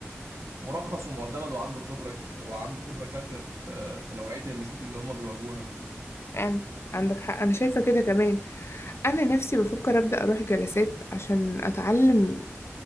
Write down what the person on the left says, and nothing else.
يعني عندك حق أنا شايفة كده كمان أنا نفسي بفكر أبدأ أروح جلسات عشان أتعلم